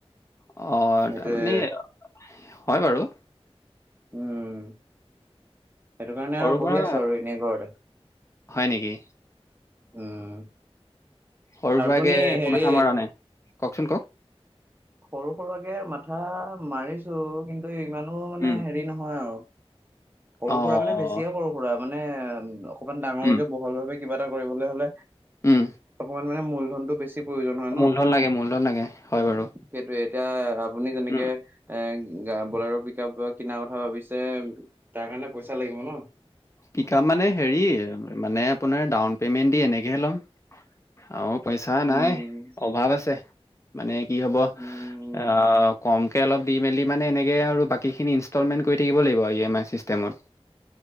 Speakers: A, on the left; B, on the right.
A: অ,
B: সেইটোৱে
A: তাৰমানে হয়, বাৰু।
B: উম, সেইটো কাৰণে
A: সৰু
B: আৰু বহি
A: সুৰা
B: আছো আৰু এনেই ঘৰতে।
A: হয়, নেকি?
B: উম,
A: সৰু-সুৰা কৰাকে
B: আপুনি
A: একো
B: হেৰি
A: মাথা মৰা নাই, কওঁকচোন ক'ওক।
B: সৰু-সুৰা কৰাকে মাথা মাৰিছো, কিন্তু ইমানো মানে
A: উম,
B: হেৰি নহয় আৰু। সৰু-
A: অঁ
B: সুৰা মানে বেছিয়ে সৰু- সুৰা মানে উম, অকমান ডাঙৰকে
A: উম
B: বহল ভাৱে কিবা, এটা কৰিবলৈ হ'লে।
A: উম
B: অকমান মানে মূলধনটো, বেছি প্ৰয়োজন হয়, ন।
A: মূলধন লাগে মূলধন লাগে হয় বাৰু
B: সেইটোয়ে এতিয়া, আপুনি যেনেকে
A: উম,
B: এ, বলেৰো পিকাপ কিনাৰ কথা ভাবিছে, তাৰ কাৰণে পইচা লাগিব ন।
A: পিকাপ মানে হেৰি, মানে আপোনাৰ ডাউন পেমেণ্ট দি, এনেকৈহে ল'ম আৰু পইচা
B: উম
A: নাই, অভাৱ আছে। মানে কি হ'ব,
B: উম
A: আহ কম তাকে অলপ দি মেলি মানে, এনেকৈ আৰু বাকীখিনি ইনষ্টলমেণ্ট কৰি থাক লাগিব, ই, এম, আই, চিষ্টেমত।